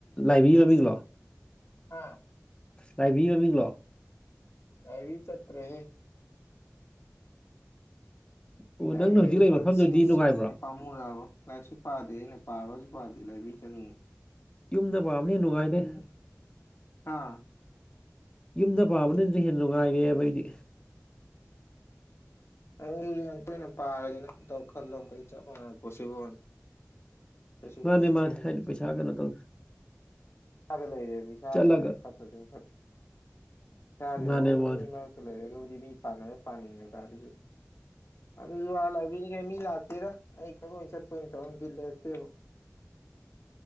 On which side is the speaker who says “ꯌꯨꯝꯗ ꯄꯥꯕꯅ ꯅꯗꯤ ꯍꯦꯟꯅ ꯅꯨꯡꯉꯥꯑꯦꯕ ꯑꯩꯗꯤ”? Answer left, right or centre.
Left